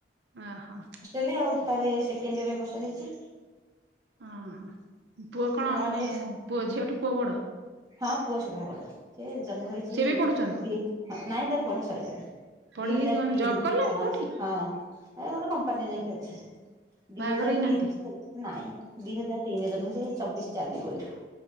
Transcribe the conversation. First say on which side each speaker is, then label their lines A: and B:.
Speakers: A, on the right; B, on the right.
A: ଓହୋ।
B: ଲେ ଆଉ ତାରେ ସେକେଣ୍ଡ ଇୟର ଏ ବର୍ଷ ହେଇଛି।
A: ହଁ ପୁଅ କଣ
B: ତାର ବାହାରେ
A: ମାନେ
B: ରହିଛି
A: ପୁଅ ଝିଅଠୁ ପୁଅ ବଡ଼?
B: ହଁ ପୁଅ ସଭା ବଡ଼। ସେ ଜନ୍ମ ହେଇଛି
A: ସିଏ ବି ପଢୁଛନ୍ତି।
B: ଦି ନାଇଁ ତାର ପଢ଼ା ସଇଲାଣି
A: ପଢିକି
B: ଦି ହଜାରେ ତିନି।
A: ଜବ୍ କଲେଣି
B: ହଁ।
A: କୋଉଠି
B: ଏ ଗୋଟେ କମ୍ପାନୀରେ ଯାଇକି ଅଛି।
A: ବାହାଘର
B: ଦି ହଜାର
A: ହେଇନାହାନ୍ତି
B: ତିନି ନାଇଁ। ଦି ହଜାର ତିନି ରେ ଜନ୍ମ ହେଇଛି, ଚବିଶ ଚାଲିବ ଏଇଠୁ।